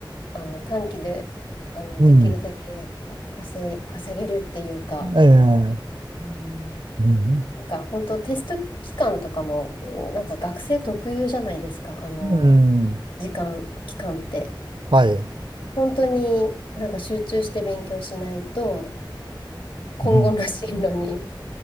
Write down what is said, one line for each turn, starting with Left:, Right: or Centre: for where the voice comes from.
Left: あの短期で、あのできるだけ稼い、
Right: うん、
Left: 稼げるっていうか。
Right: ええ、
Left: うん
Right: うん、
Left: なんか本当テスト期間とかも、なんか学生特有じゃないですか。あの、
Right: うん、
Left: 時間、期間って。
Right: はい、
Left: 本当になんか集中して勉強しないと、今後の進路に
Right: うん、